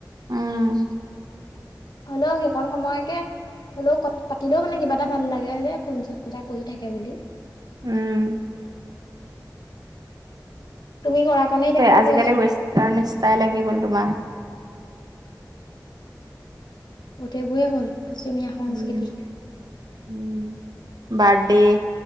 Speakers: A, on the right (about 65°); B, on the left (about 75°).
A: উম
B: হলও সেইকণ সময়কে হ'লও কথা পাতিলেও মানে কিবা এটা ভাল লাগে ৰে ফোন চোন এটা কৰি থাকে বুলি।
A: উম
B: তুমি কৰা কাৰণে এতিয়া মই
A: আজিকালি
B: কৰিছো
A: ৱেষ্টাৰ্ণ ইষ্টাইল আহি গ'ল তোমাৰ।
B: গোটেইবোৱে হ'ল পশ্চিমীয়া সংস্কৃতি
A: উম উম বাৰ্ড ডে